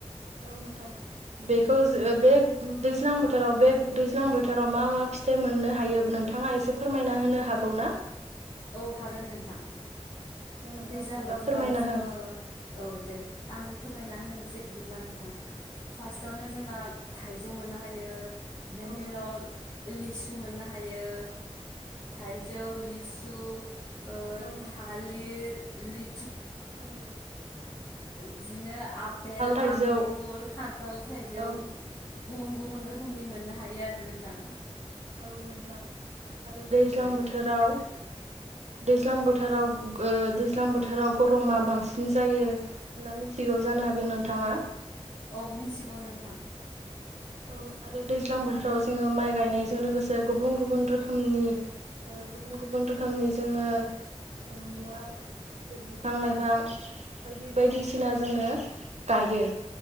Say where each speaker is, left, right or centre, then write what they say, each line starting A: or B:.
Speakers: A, on the right; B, on the left.
A: औ नोंथां बेखौ जो बे दैज्लां बोथोराव बे दैज्लां बोथोराव मा मा फिथाइ मोननो हायोब नोंथाङा एसे फोरमायना होनो हागौ ना?
B: औ हागोन नोंथां।
A: दे नोंथां
B: दैज्लां
A: बिदिबा
B: बोथोराव
A: फोरमायना
B: जोङो
A: हो
B: औ दे आं फोरमायना होनैस जे बिदिब्ला नोंथां फास्टआवनो जोंना थाइजौ मोननो हायो। बेनि
A: औ नोंथां
B: उनाव लिस मोन्नो होयो थाइजौ, लिस औ ओ
A: औ
B: थालिर लिसु
A: थालिर
B: बिदिनो आफेल,
A: थाइजौ
B: आंगुर, खान्थाल, थाइजौ
A: औ
B: गुबुन गुबुन रोखोमनि मोननो हायो आरो नोंथां
A: औ नोंथां आरो दैज्लां
B: औ
A: बोथोराव दैज्लां बोथोराव ओ दैज्लां बोथोराव गरमा बांसिन जायो होनना मिथिगौ जानो हागोन नोंथाङा।
B: औ मिथिगौ नोंथां
A: औ आरो दैज्लां बोथोराव जोङो माइ गायनायजों लोगोसे गुबुन गुबुन रोखोमनि ओ गुबुन गुबुन रोखोमनि जोङो मुवा ज बिफां लाइफां बायदि बायदिसिना जोङो गायो